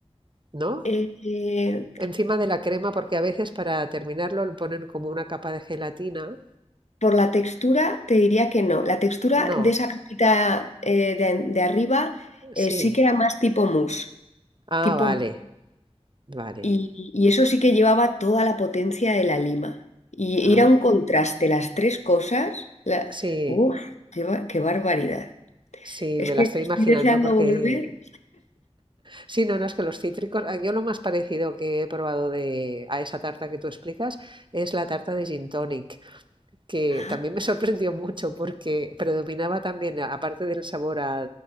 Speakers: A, on the right; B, on the left.
A: ¿no?
B: eh, eh,
A: Encima de la crema, porque a veces para terminarlo le ponen como una capa de gelatina.
B: por la textura te diría que no. La textura
A: No,
B: de esa capita eh, de, de arriba eh,
A: sí.
B: sí que era más tipo mousse.
A: Ah,
B: tipo
A: vale, vale.
B: Y, y eso sí que llevaba toda la potencia de la lima. Y
A: Ah,
B: era un contraste, las tres cosas. La...
A: sí,
B: Uf, qué, ba- qué barbaridad.
A: sí,
B: Es
A: me
B: que
A: la estoy
B: estoy
A: imaginando
B: deseando
A: porque...
B: volver.
A: Sí, no, no, es que los cítricos... ah, Yo lo más parecido que he probado de... a esa tarta que tú explicas es la tarta de gin tonic. que
B: Ah,
A: también me sorprendió mucho porque predominaba también, a- aparte del sabor a,